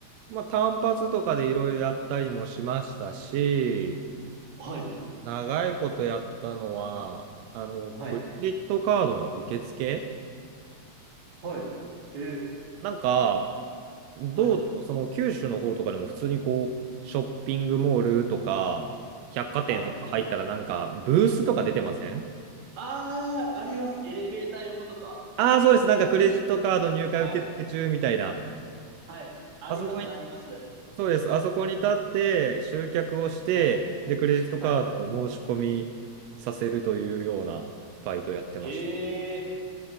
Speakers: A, on the right (about 80°); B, on the right (about 50°).
A: まあ、単発とかでいろいろやったりもしましたし、
B: かはい、
A: 長いことやったのは、あの、
B: はい、
A: クレジットカードの受付
B: はい。えー、
A: なんか、どうだろう、
B: はい、
A: その九州の方とかでも普通にこう、ショッピングモールとか、百貨店とか入ったらなんか、
B: はい。
A: ブースとか出てません
B: ああ、あります。エレベーター横とか。
A: ああー、そうです。なんかクレジットカード入会受付中みたいな。
B: はい、はい。あります、
A: あそこに、
B: あります。
A: そうです。あそこに立って集客をして、
B: はい、
A: で、クレジットカードを申し込みさせるというようなバイトやってました。
B: はい。ええ